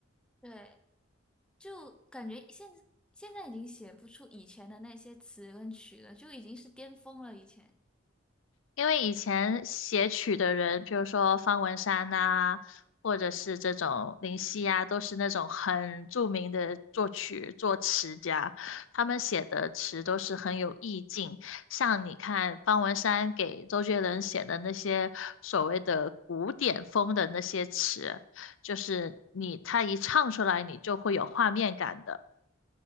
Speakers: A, in the centre; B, on the left (about 75°).
A: 对，就感觉现现在已经写不出以前的那些词跟曲了，就已经是巅峰了。以前，
B: 因为以前写曲的人，比如说方文山呐、或者是这种林夕呀、都是那种很著名的作曲作词家，他们写的词都是很有意境。像你看方文山给周杰伦写的那些所谓的古典风的那些词，就是你他一唱出来，你就会有画面感的。